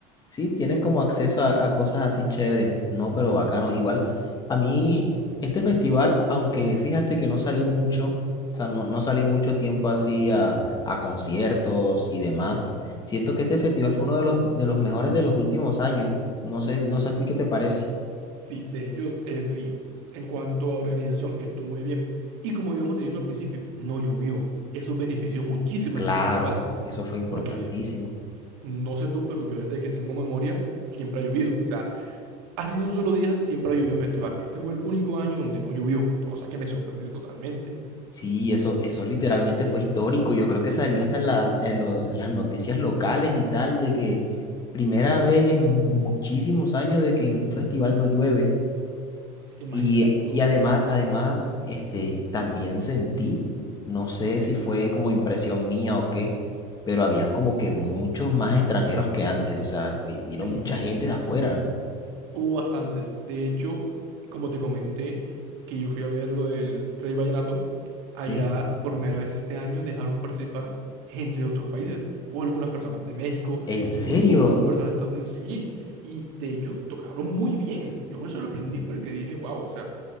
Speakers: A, on the left; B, on the right.
A: sí, tienen como acceso a, a cosas así chéveres, no, pero bacano, igual, a mí, este festival, aunque fíjate que no salí mucho, o sea, no, no salí mucho tiempo así a, a conciertos y demás, siento que este festival fue uno de los, de los mejores de los últimos años, no sé, no sé a ti qué te parece.
B: Sí, de ellos es sí. En cuanto a organización, estuvo muy bien. Y como íbamos diciendo al principio, no llovió. Eso benefició muchísimo
A: Claro,
B: a este festival,
A: eso fue importantísimo.
B: porque no sé tú, pero yo desde que tengo memoria siempre ha llovido. O sea, así sea un solo día, siempre ha llovido en festival. Este fue el único año donde no llovió, cosa que me sorprende totalmente.
A: Sí, eso, eso literalmente fue histórico. Yo creo que salió hasta en, la- en lo- en las noticias locales y tal, de que primera vez en muchísimos años de que en un festival no llueve.
B: Es que imagínate
A: Y, y
B: tú,
A: además, además, este, también sentí, no sé si fue como impresión mía o qué, pero habían como que muchos más extranjeros que antes. O sea, vi-
B: sí.
A: vino mucha gente de afuera,
B: Hubo bastantes. De hecho, como te comenté, que yo fui a ver lo del Rey Vallenato, allá
A: ¿sí?
B: por primera vez este año dejaron participar gente de otros países. Hubo algunas personas de México,
A: En
B: incluso
A: serio,
B: hubo personas de Estados Unidos. Sí, y de hecho tocaron muy bien. Yo me sorprendí porque dije, wow, o sea,